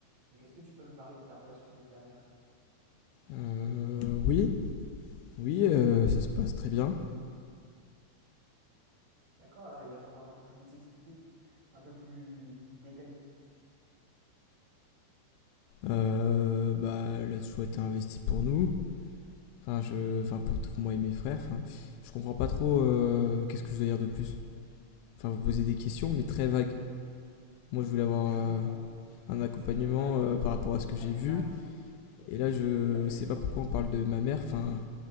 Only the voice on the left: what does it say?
Euh, oui, oui, euh, ça se passe très bien.
Euh, bah, il a toujours été investi pour nous. Enfin, je, enfin pour tout- moi et mes frères. Enfin, je comprends pas trop euh, qu'est-ce que je dois dire de plus. Enfin, vous posez des questions, mais très vagues. Moi, je voulais avoir
euh,
un accompagnement
euh, par rapport à ce que
j'ai
vu.
Et là, je
sais pas pourquoi on parle de ma mère. Enfin,